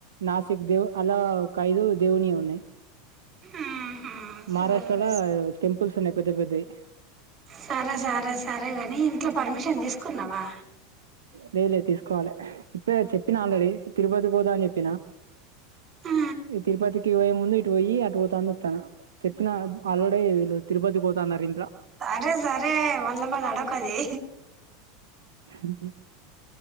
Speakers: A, on the right; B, on the right.
A: నాసిక్ దేవ్ అలా ఒక ఐదు దేవుని ఉన్నయ్
B: ఆహా సరే
A: మహారాష్ట్రలా టెంపుల్స్ ఉన్నయ్ పెద్ద పెద్దయి
B: సరే సరే సరే గాని ఇంట్లో పర్మిషన్ దీసుకున్నావా
A: లే లే తీసుకోవాలే ఇప్పుడే చెప్పినా ఆల్రెడీ తిరుపతికి పోతా అని చెప్పినా
B: ఆ
A: ఈ తిరుపతికి పోయే ముందు ఇటు పోయి అటు పోతా అని చూత్తనా చెప్పిన ఆల్రేడీ వీళ్ళు తిరుపతి పోత అన్నారు ఇంట్ల
B: సరే సరే మళ్ళ మళ్ళ అనకది
A: ఉహ్ మ్